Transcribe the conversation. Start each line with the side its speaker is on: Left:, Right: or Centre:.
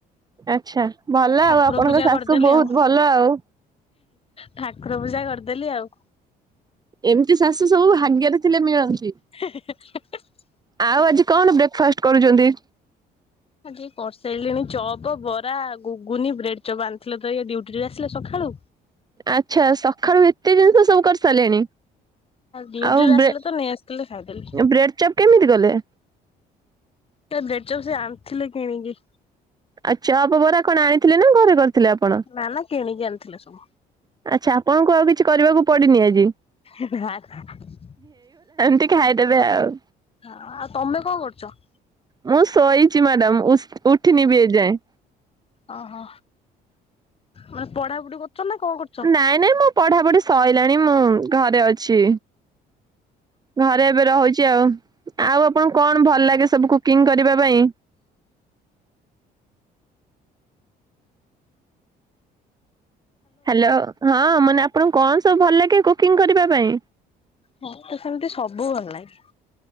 Right: ଆଚ୍ଛା ଭଲ
Left: ଠାକୁର
Right: ଆଉ ଆପଣଙ୍କ
Left: ପୂଜା
Right: ଶାଶୁ
Left: କରିଦେଲି
Right: ବହୁତ
Left: ଆଉ
Right: ଭଲ ଆଉ।
Left: ଠାକୁର ପୂଜା କରିଦେଲି ଆଉ।
Right: ଏମିତି ଶାଶୁ ସବୁ ଭାଗ୍ୟରେ ଥିଲେ ମିଳନ୍ତି।
Left: <unintelligible>
Right: ଆଉ ଆଜି କଣ ବ୍ରେକଫାଷ୍ଟ କରୁଚନ୍ତି?
Left: ଆଜି କରିସାରିଲିଣି ଚପ, ବରା, ଗୁଗୁନି, ବ୍ରେଡଚପ ଆଣିଥିଲେ ତ ଇଏ ଡି ଡିଉଟି ରୁ ଆସିଲେ ସଖାଳୁ?
Right: ଆଚ୍ଛା ସଖାଳୁ ଏତେ ଜିନିଷ ସବୁ କରି ସାରିଲେଣି।
Left: ଡ୍ୟୁଟିରୁ
Right: ଆଉ
Left: ଆସିଲେ
Right: ବ୍ରେ
Left: ତ ନେଇ ଆସିଥିଲେ ଖାଇଦେଲି।
Right: ବ୍ରେଡଚପ କେମିତି କଲେ?
Left: ସେ ବ୍ରେଡଚପ ସେ ଆଣିଥିଲେ କିଣିକି।
Right: ଆଉ ଚପ, ବରା କଣ ଆଣିଥିଲେ ନା ଘରେ କରିଥିଲେ ଆପଣ?
Left: ନା ନା କିଣିକି ଆଣିଥିଲେ ସବୁ।
Right: ଆଚ୍ଛା ଆପଣଙ୍କୁ ଆଉ କିଛି କରିବାକୁ ପଡିନି ଆଜି।
Left: ହ <unintelligible>
Right: ଟିକେ ଖାଇଦେବେ ଆଉ।
Left: ହଁ ଆଉ ତମେ କଣ କରୁଚ?
Right: ମୁଁ ଶୋଇଚି ମ୍ୟାଡାମ ମୁଁ ସୋ ଉ ଉଠିନି ବି ଏଯାଏଁ।
Left: ଓହୋ ମାନେ ପଢାପଢି କରୁଛ ନା କଣ କରୁଚ?
Right: ନାଇଁ ନାଇଁ ମୋ ପଢାପଢି ସଇଲାଣି ମୁଁ ଘରେ ଅଛି। ଘରେ ଏବେ ରହୁଛି ଆଉ ଆଉ ଆପଣଙ୍କୁ କଣ ଭଲ ଲାଗେ ସବୁ କୁ କୁକିଂ କରିବା ପାଇଁ? ହ୍ୟାଲୋ ହଁ ମାନେ ଆପଣଙ୍କୁ କଣ ସବୁ ଭଲ ଲାଗେ କୁକିଂ କରିବା ପାଇଁ?
Left: ମୋତେ ସେମିତି ସବୁ ଭଲ ଲାଗେ।